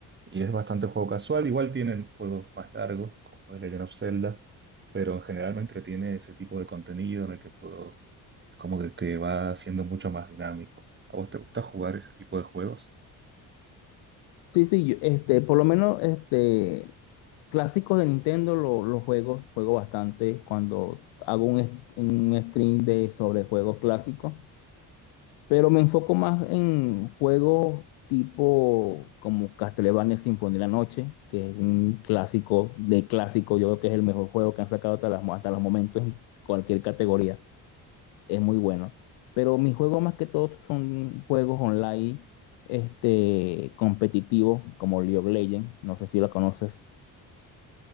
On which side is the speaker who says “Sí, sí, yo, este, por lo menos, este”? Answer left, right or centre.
Left